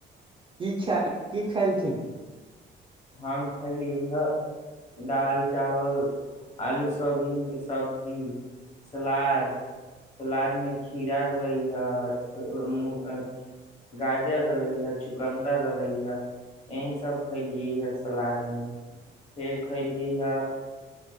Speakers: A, on the right; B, on the left.
A: की खै की खेलथिन
B: हम खयलिय दाल चावल आलू सजमैन के सब्जी सलाद सलाद मे खीरा रहले ह गाजर रहले ह चुकन्दर रहले हे यह सब खली खलिय हे सलाद मे फेर खैलियै ह